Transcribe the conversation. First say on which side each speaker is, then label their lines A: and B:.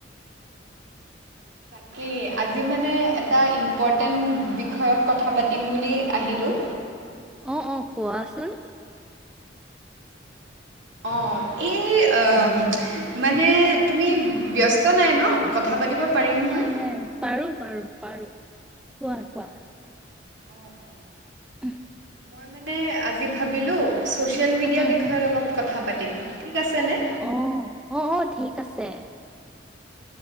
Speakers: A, on the right; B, in the centre.
A: তাকে আজি মানে এটা ইম্পৰ্টেণ্ট বিষয়ত কথা পাতিম বুলি আহিলোঁ।
B: অঁ অঁ কোৱাচোন।
A: অঁ এই এ। মানে তুমি ব্যস্ত নাই ন, কথা পাতিব পাৰিম
B: নাই
A: নহয়
B: নাই নাই পাৰো পাৰো পাৰো, কোৱা কোৱা।
A: অঁ অঁ
B: উমহ।
A: মই মানে আজি ভাবিলোঁ ছ'চিয়েল মিডিয়াৰ
B: উহু,
A: বিষয়ত
B: উহু।
A: অলপ কথা পাতিম ঠিক আছেনে?
B: অঁ অঁ অঁ, ঠিক আছে।